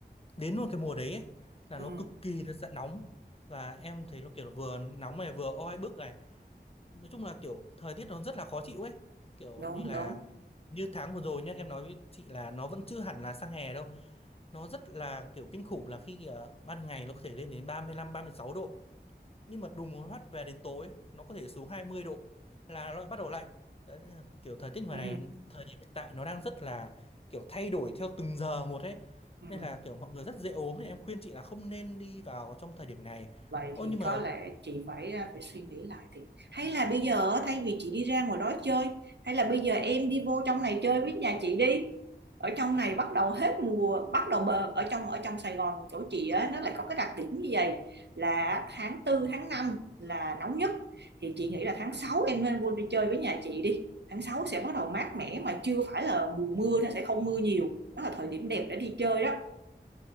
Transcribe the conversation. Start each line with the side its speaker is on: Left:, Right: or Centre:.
Left: đến luôn cái mùa đấy ấy, là
Right: ừ,
Left: nó cực kỳ là sẽ nóng và em thấy nó kiểu là vừa nóng này vừa oi bức này. Nói chung là kiểu thời tiết nó rất là khó chịu ấy. Kiểu
Right: đúng
Left: như là
Right: đúng
Left: như tháng vừa rồi nhá, em nói với chị là nó vẫn chưa hẳn là sang hè đâu. Nó rất là kiểu kinh khủng là khi ờ, ban ngày nó có thể lên đến ba ba mươi lăm ba mươi sáu độ nhưng mà đùng một phát về đến tối nó có thể xuống hai mươi độ là nó lại bắt đầu lạnh đấy nên là kiểu thời tiết ngoài
Right: ừ,
Left: này thời điểm hiện tại nó đang rất là kiểu thay đổi theo từng giờ một ấy
Right: ừ.
Left: nên là kiểu mọi người rất dễ ốm thì em khuyên chị là không nên đi vào trong thời điểm này
Right: vậy
Left: ô
Right: thì
Left: nhưng mà
Right: có lẽ chị phải à, phải suy nghĩ lại thì hay là bây giờ thay vì chị đi ra ngoài đó chơi hay là bây giờ em đi vô trong này chơi với nhà chị đi ở trong này bắt đầu hết mùa bắt đầu bờ ở trong ở trong Sài Gòn chỗ chị á nó lại có cái đặc điểm như vậy là tháng tư tháng 5 là nóng nhất thì chị nghĩ là tháng 6 em nên vô đi chơi với nhà chị đi tháng 6 sẽ bắt đầu mát mẻ mà chưa phải là mùa mưa nó sẽ không mưa nhiều đó là thời điểm đẹp để đi chơi đó